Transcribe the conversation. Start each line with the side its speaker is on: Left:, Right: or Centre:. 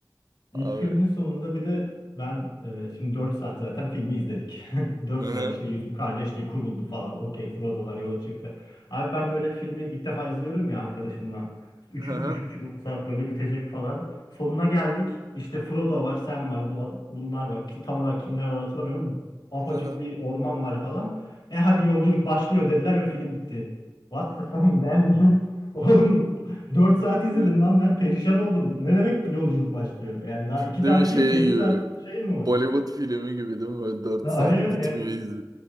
Left: İlk
Right: Abi.
Left: filmin sonunda bir de ben e, şimdi 4 saat zaten filmi izledik. <laughs> Dört
Right: Hı hı.
Left: saat işte Yüzük Kardeşliği kuruldu falan. Okey Frodo'lar yola çıktı. Abi ben böyle filmi ilk defa izliyorum ya arkadaşımla. 3.
Right: Hı hı.
Left: 3,5. saat böyle bitecek falan. Sonuna geldik. İşte Frodo var, Sam var, bu, bunlar var. Kim, tam olarak kimler var hatırlamıyorum. Apacık
Right: Hı hı.
Left: bir orman var falan. E hadi yolculuk başlıyor dediler ve film bitti. What the fuck man? <laughs> Oğlum Dört saat izledim
Right: Hı.
Left: lan ben perişan oldum. Ne demek yolculuk başlıyor? Yani daha iki
Right: Değil
Left: tane
Right: mi şey
Left: film 8
Right: gibi
Left: saat şey mi
Right: Bollywood
Left: var?
Right: filmi gibi değil mi? Böyle 4
Left: Ya
Right: saat
Left: Hayır
Right: bitmiyor
Left: yani,
Right: izi.